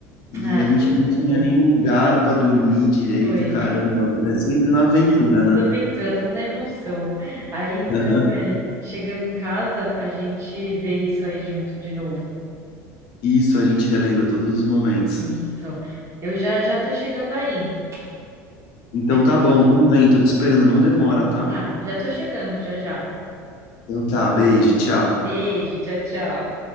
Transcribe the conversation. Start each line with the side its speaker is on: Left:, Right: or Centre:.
Left: e
Right: Ah,
Left: a gente
Right: foi muito
Left: não tinha
Right: bom.
Left: nem lugar pra dormir direito,
Right: Foi.
Left: caramba. É sempre na aventura,
Right: Tudo
Left: né?
Right: aventura, tudo na emoção. Aí então,
Left: <laughs>
Right: é, chegando em casa, a gente vê isso aí junto de novo.
Left: Isso, a gente relembra todos os momentos.
Right: Isso. Eu já já tô chegando aí.
Left: Então
Right: Daqui
Left: tá
Right: a...
Left: bom, então vem, tô te esperando, não demora, tá?
Right: Tá, já tô chegando, já já.
Left: Então tá, beijo, tchau.
Right: Beijo, tchau, tchau.